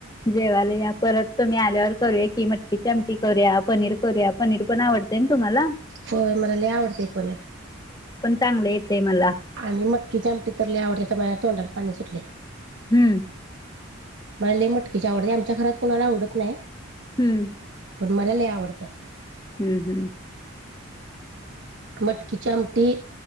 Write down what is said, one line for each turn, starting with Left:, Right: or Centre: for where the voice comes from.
Left: जेवायला या परत तुम्ही आल्यावर... करूया की मटकी ची आमटी करूया पनीर करूया पनीर पण आवडतंय ना तुम्हाला?
Right: होय मला लई आवडतंय पनीर.
Left: चांगल येतेय मला.
Right: आणि मटकीची आमटी तर लय आवडत्या, तर माझ्या तोंडात पाणी सुटलय.
Left: हम्म,
Right: मला लय मटकीची आवडते, आमच्या घरात कोणाला आवडत नाय.
Left: हम्म,
Right: पण मला लय आवडत्या
Left: हम्म, हम्म.
Right: मटकी ची आमटी.